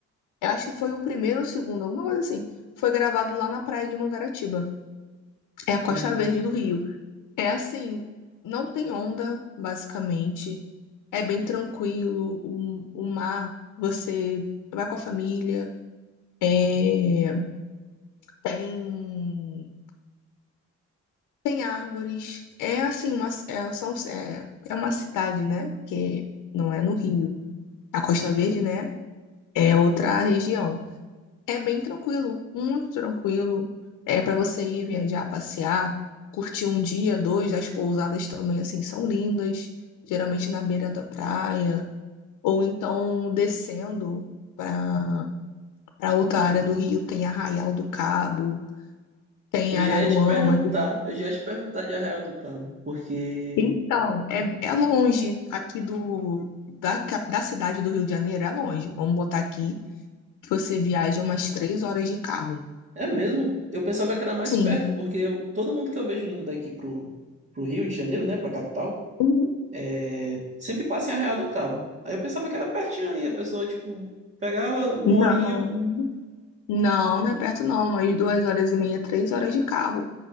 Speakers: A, on the left; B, on the right.
A: Eu acho que foi o primeiro ou o segundo, alguma coisa assim. Foi gravado lá na praia de Mangaratiba. É a Costa
B: Hum,
A: Verde do Rio. É assim, não tem onda, basicamente. É bem tranquilo. O, o mar, você vai com a família. É, tem tem árvores. É assim, uma, é, são, é, é uma cidade, né? Que não é no Rio. A Costa
B: uhum,
A: Verde, né? É outra
B: uhum.
A: região. É bem tranquilo, muito tranquilo. É para você ir viajar, passear, curtir um dia, dois. As pousadas também, assim, são lindas, geralmente na beira da praia, ou então descendo para para outra área do Rio, tem Arraial do Cabo, tem
B: Eu
A: Araruama.
B: já ia te perguntar, eu já ia te perguntar de Arraial do Cabo, porque
A: Então, é, é longe aqui do da, cap- da cidade do Rio de Janeiro, é longe. Vamos botar aqui que você viaja umas três horas de carro.
B: é mesmo, eu pensava que era mais
A: Sim.
B: perto, porque eu- todo mundo que eu vejo indo daqui pro, pro Rio de Janeiro, né, pra capital,
A: Uhum.
B: é, sempre passa em Arraial do Cabo. Aí eu pensava que era pertinho ali, a pessoa, tipo, pegava uma
A: Não.
B: horinha,
A: Não, não é perto não, mas duas horas e meia, três horas de carro.